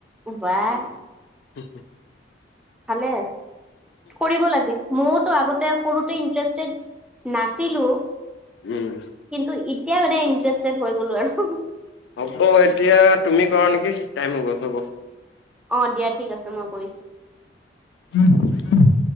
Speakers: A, in the centre; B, on the left (about 70°).
A: <inaudible> বাহ
B: <unintelligible>
A: ভালে। কৰিব লাগে ময়োতো আগতে সৰুতে ইণ্টাৰেষ্টেড। <unintelligible> নাছিলো কিন্তু
B: উম
A: এতিয়া মানে ইন্টাৰেষ্টেড হৈ গ'লো আৰু। <inaudible>
B: হ'ব এতিয়া তুমি কৰা নেকি টাইম হৈ গল হ'ব। <inaudible>
A: অঁ! দিয়া ঠিক আছে মই কৰিছো। <unintelligible>
B: <inaudible>